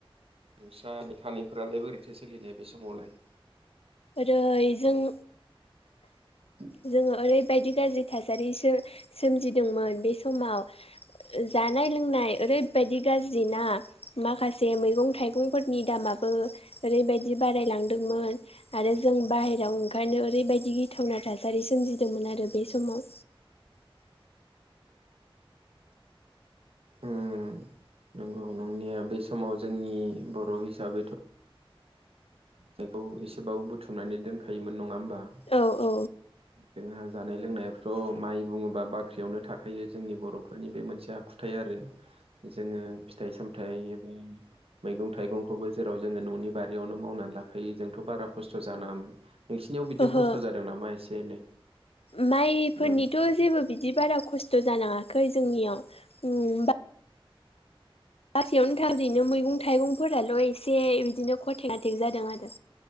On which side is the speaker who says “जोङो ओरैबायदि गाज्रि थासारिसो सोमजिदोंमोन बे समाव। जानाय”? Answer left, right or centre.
Left